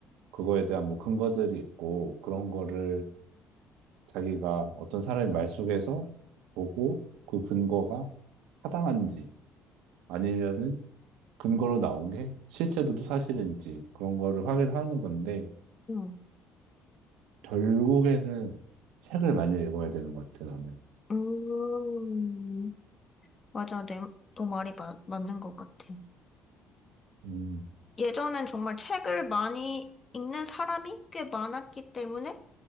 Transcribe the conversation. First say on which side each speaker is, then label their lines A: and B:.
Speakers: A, on the right (about 85°); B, on the left (about 30°).
A: 그거에 대한 뭐 근거들이 있고, 그런 거를 자기가 어떤 사람의 말 속에서 보고 그 근거가 타당한지 아니면은 근거로 나온 게 실제로도 사실인지 그런 거를 확인하는 건데,
B: 응.
A: 결국에는 책을 많이 읽어야 되는 것 같아, 나는.
B: 음, 맞아. 내, 너 말이 마, 맞는 것 같아.
A: 음,
B: 예전엔 정말 책을 많이 읽는 사람이 꽤 많았기 때문에